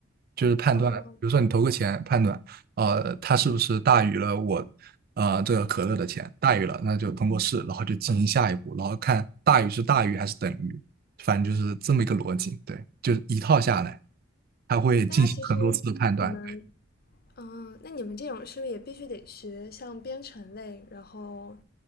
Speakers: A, on the right (about 50°); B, on the left (about 50°).
A: 就是判断，
B: 哦，
A: 比如说你投个钱，判断，呃，它是不是大于了我，呃，这个可乐的钱，大于了，那就通过试，然后就进行下一步，然后看大于是大于还是等于，反正就是这么一个逻辑。对，就是一套下来，它会进行很多次的判断。
B: 那它其实你们，嗯，那你们这种是不是也必须得学像编程类，然后